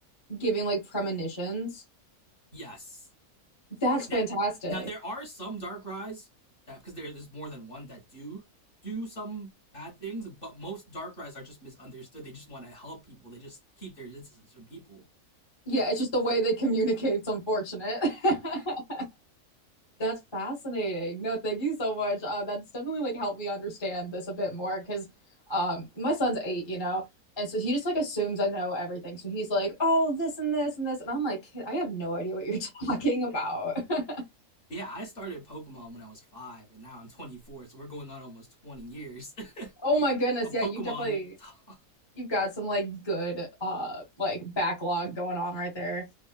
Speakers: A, on the left (about 20°); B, on the left (about 40°).
A: giving like premonitions?
B: Yes.
A: That's fantastic.
B: Now, now there are some Darkrai's that because there is more than one that do do some bad things, but most Darkrai's are just misunderstood. They just want to help people. They just keep their distance from people.
A: Yeah,
B: <laughs>
A: it's just the way they communicate's unfortunate. <laughs> That's fascinating. No, thank you so much. Uh, that's definitely like helped me understand this a bit more because um, my son's eight, you know, and so he just like assumes I know everything. So he's like, "Oh, this and this and this," and I'm like, "Kid, I have no idea what you're <laughs> talking about." <laughs>
B: yeah, I started Pokemon when I was five, and now I'm 24, so we're going on almost 20 years
A: Oh my goodness,
B: <laughs> of
A: yeah,
B: Pokemon
A: you definitely
B: talk.
A: you've got some like good uh like backlog going on right there.